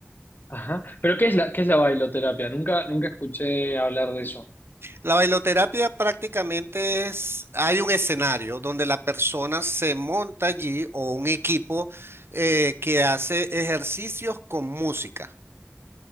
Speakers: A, on the left; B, on the right.
A: Ajá. Pero ¿qué es la, qué es la bailoterapia? Nunca, nunca escuché hablar de eso.
B: La bailoterapia prácticamente es, hay un escenario donde la persona se monta allí o un equipo eh, que hace ejercicios con música.